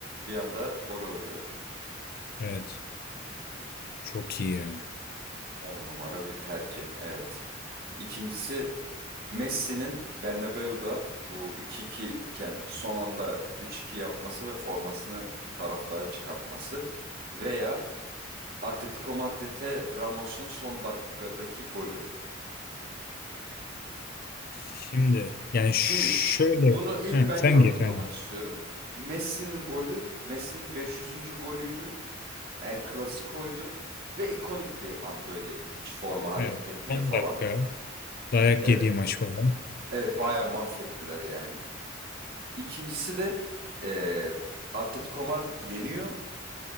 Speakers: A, on the right; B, on the left.
A: bir anda gol oluyor.
B: Evet.
A: Hani
B: Çok iyi ya.
A: on numara bir tercih. Evet. İkincisi Messi'nin Bernabeu'da bu 2-2 iken son anda 3-2 yapması ve formasını taraftara çıkartması veya Atletico Madrid'e Ramos'un son dakikadaki golü.
B: Şimdi yani
A: Şimdi
B: şöyle
A: ş- bunu ilk
B: heh,
A: ben
B: sen
A: yorumlamak
B: gir. Yani.
A: istiyorum. Messi'nin golü, Messi'nin 500. golüydü. El Clasico'ydu ve ikonik bir an böyle hiç forma hareket
B: Evet.
A: etmiyor
B: Son
A: falan.
B: dakika. Dayak
A: Evet.
B: yediği maç falan.
A: Evet bayağı mahvettiler yani. İkincisi de eee Atletico Madrid yeniyor